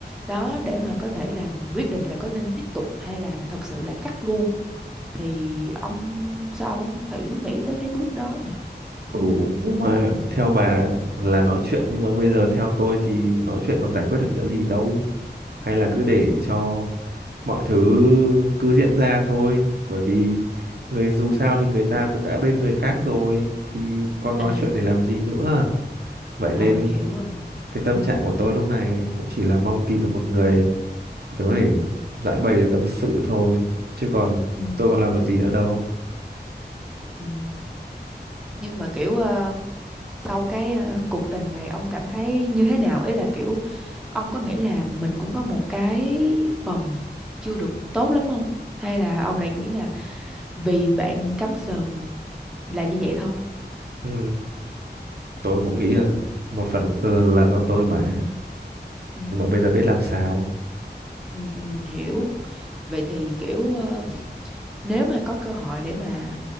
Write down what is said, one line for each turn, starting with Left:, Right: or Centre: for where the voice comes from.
Centre: đó để mà có thể làm quyết định là có nên tiếp tục hay là thật sự là cắt luôn thì ông sao ông thử nghĩ tới cái bước đó nhỉ
Right: Ừ, nhưng mà theo bà là nói chuyện nhưng mà bây giờ theo tôi thì nói chuyện còn giải quyết được nữa gì đâu hay là cứ để cho mọi thứ cứ diễn ra thôi bởi vì người dù sao thì người ta cũng đã bên người khác rồi thì còn nói
Centre: À,
Right: chuyện để làm gì nữa vậy
Centre: rồi
Right: nên
Centre: hiểu rồi.
Right: cái tâm
Centre: Ừ,
Right: trạng của tôi lúc này cũng chỉ là mong tìm được một người để có thể giải bày được tâm sự thôi chứ còn
Centre: ừ,
Right: tôi còn làm được gì nữa đâu
Centre: ừ. Nhưng mà kiểu ờ, sau cái ờ, cuộc tình này ông cảm thấy như thế nào? Ý là kiểu ông có nghĩ là mình cũng có một cái phần chưa được tốt lắm không? Hay là ông lại nghĩ là vì bạn cắm sừng là như vậy thôi?
Right: ừ, tôi cũng nghĩ là một phần cũng là là do tôi mà
Centre: Ừ,
Right: nhưng mà bây giờ biết làm sao
Centre: ừ, ừ, hiểu. Vậy thì kiểu ờ, Nếu mà có cơ hội để mà